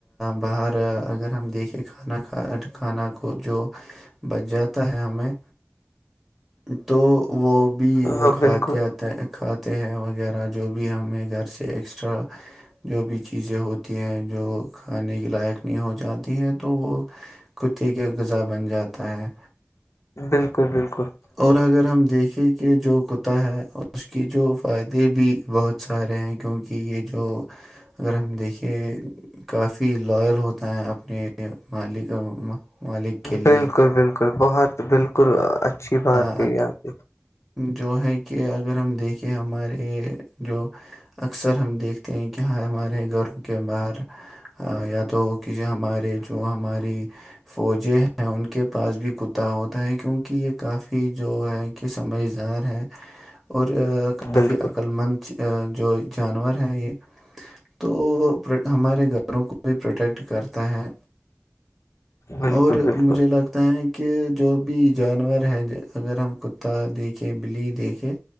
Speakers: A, in the centre; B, on the left.
A: باہر اگر ہم دیکھے کھانا کھا کھانا کو جو بچ جاتا ہے ہمیں تو وہ بھی
B: ہاں
A: وہ خادہ
B: بالکل
A: کھاتے ہیں وغیرہ جو بھی ہمیں گھر سے ایکسٹرا جو بھی چیزیں ہوتی ہیں جو کھانے کے لائق نہیں ہو جاتی ہیں تو وہ کتے کا غذا بن جاتا ہے
B: بالکل بالکل
A: اور اگر ہم دیکھیں کہ جو کتا ہے اس کے جو فائدے بھی بہت سارے ہیں کیونکہ یہ جو اگر ہم دیکھے کافی لائل ہوتا ہے اپنے مالک مالک کے لیے
B: بالکل بالکل بہت بالکل اچھی بات
A: ہ
B: کہی آپ
A: جو ہے کہ اگر ہم دیکھیں ہمارے جو اکثر ہم دیکھتے ہیں کہ ہاں ہمارے گھروں کے باہر یا تو کہ ہمارے جو ہماری فوجیں ہیں ان کے پاس بھی کتا ہوتا ہے کیونکہ یہ کافی جو ہے کہ سمجھدار ہے اور
B: نے
A: کافی
B: بالکل
A: عقل مند جو جانور ہے یہ تو ہمارے گھروں کو بھی پروٹیکٹ کرتا ہے
B: بالکل
A: اور
B: بالکل
A: مجھے لگتا ہے کہ جو بھی جانور ہے اگر ہم کتا دیکھیں بلی دیکھیں